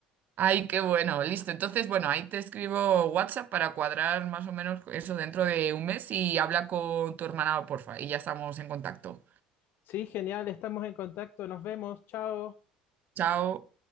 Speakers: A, on the right; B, on the left.
A: Ay, qué bueno, listo. Entonces, bueno, ahí te escribo WhatsApp para cuadrar más o menos eso dentro de un mes y habla con tu hermana, porfa, y ya estamos en contacto.
B: Sí, genial, estamos en contacto, nos vemos, chao.
A: Chao.